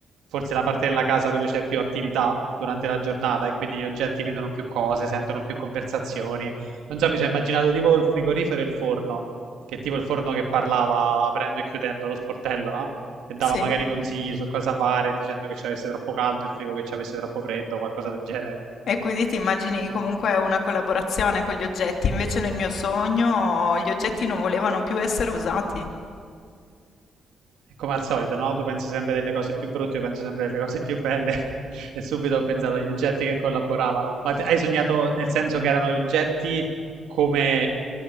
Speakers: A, on the right; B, on the left.
A: forse la parte della casa dove c'è più attività durante la giornata e quindi gli oggetti vedono più cose, sentono più conversazioni. Non so, mi sono immaginato tipo il frigorifero e il forno, che è tipo il forno che parlava aprendo e chiudendo lo sportello, no? e dava
B: Sì.
A: magari consigli su cosa fare, dicendo che ci avesse troppo caldo, il frigo che ci avesse troppo freddo, qualcosa del genere.
B: E quindi ti immagini comunque una collaborazione con gli oggetti, invece nel mio sogno gli oggetti non volevano più essere usati.
A: E come al solito, no? Tu pensi sempre delle cose più brutte, io penso sempre delle cose più belle. <laughs> E subito ho pensato agli oggetti che collaboravano. Ma ti- hai sognato nel senso che erano gli oggetti come,